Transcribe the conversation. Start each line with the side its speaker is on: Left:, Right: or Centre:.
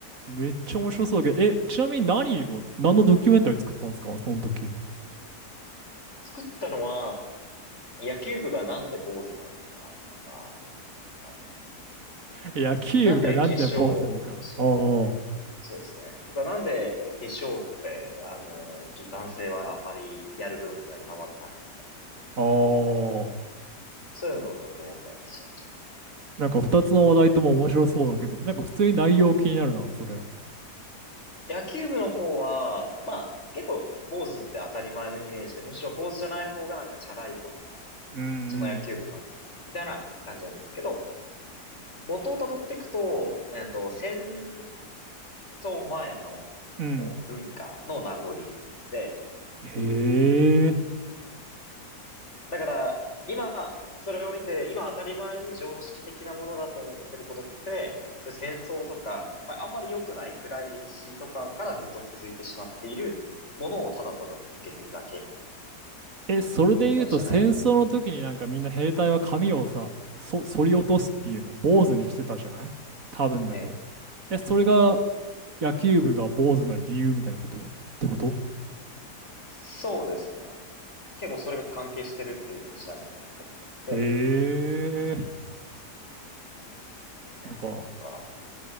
Right: めっちゃ面白そうだけど、え、ちなみに何を、何のドキュメンタリー作ったんですかその時。
Left: 作ったのは野球部がなんで坊主なのかとか、あ
Right: 野球部がなんで坊主なのか。
Left: なんで決勝、す
Right: おう
Left: そうですね。とか、なんで化粧って、あの、ちょ男性はあんまりやる文化が今までなかった。
Right: おう。ああ。
Left: そういうのをドキュメンタリーにしました。
Right: なんか二つの話題とも面白そうだけど、なんか普通に内容気になるな、それ。
Left: 野球部の方は、まあ、結構、坊主って当たり前のイメージで、むしろ坊主じゃない方がなんかチャラいとか、なんか、
Right: うんうん。
Left: その野球部とか、みたいな感じなんですけど、元をたどっていくと、えっと、戦争前のお文化の名残
Right: うん。
Left: で、
Right: へえ。
Left: だから、今、それを見て、今当たり前に常識的なものだと思ってることって、そういう戦争とか、まあ、あんまり良くない暗い歴史とかからずっと続いてしまっているものをただただ続けてるだけみたい
Right: え、それで言うと戦争の時になんかみんな兵隊は髪をさ、
Left: なのじゃないか。
Right: そ、剃り落とすっていうの、坊主にしてたじゃない多分だけど。
Left: ええ、
Right: え、それが
Left: ええ。
Right: 野球部が坊主な理由みたいなことってこと
Left: そうですね。結構それが関係してるっていうふうに調べた結果出てきて、
Right: へえ。
Left: みたいなのとか。
Right: なんか